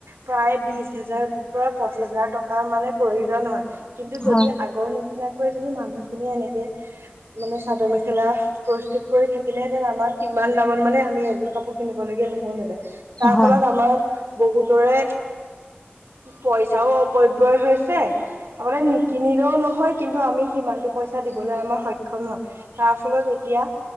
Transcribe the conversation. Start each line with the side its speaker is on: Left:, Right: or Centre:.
Right: প্ৰায় প্ৰয় বিশ হেজাৰৰ পৰা পঁচিশ হাজাৰ টকাৰ মানে প্ৰয়োজন হয়। কিন্তু
Left: হয়
Right: যদি আগৰ নিচিনা নিচিনাকৈ যদি মানুহখিনিয়ে এনেকে মানে চাদৰ মেখেলা প্ৰস্তুত কৰি থাকিলেহেঁতেন আমাৰ কিমান দামত মানে আমি এযোৰ কাপোৰ কিনিব লগগীয়া নহলতে তাৰ
Left: হয় হয়
Right: ফলত আমাৰ বহুতৰে পইচাও অপব্যয় হৈছে। আগতে নিকিনিলেও নহয়। কিন্তু আমি সিমানটো পইচা দিবলৈ আমাৰ সক্ষম নহয়, তাৰ ফলত এতিয়া